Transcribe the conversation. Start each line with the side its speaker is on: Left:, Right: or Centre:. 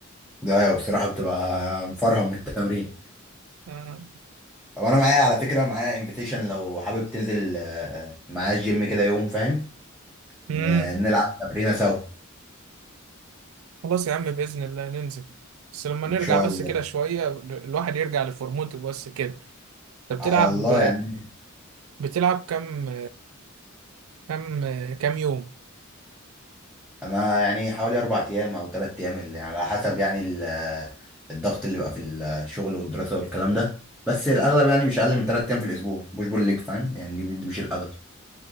Centre: ده أيوة بصراحة بتبقى مفرهم من التمرين
Right: آه.
Centre: طب أنا معايا على فكرة معايا انفيتيشن لو حابب تنزل آه، معايا الجيم كده يوم فاهم؟
Right: امم
Centre: ن... نلعب تمرينة سوا
Right: خلاص يا عم بإذن الله ننزل بس لما
Centre: ان
Right: نرجع
Centre: شاء
Right: بس
Centre: الله
Right: كده شوية ال- الواحد يرجع لفورمته بس كده انت
Centre: على
Right: بتلعب
Centre: الله يعني
Right: بتلعب كام كام كام يوم
Centre: انا يعني حوالي اربع ايام او ثلاث ايام اللي يعني على حسب يعني ال- الضغط اللي بقى في الشغل والدراسه والكلام ده بس الاغلب يعني مش اقل من ثلاث ايام في الاسبوع مش بقول لك فاهم يعني دي دي مش الاغلب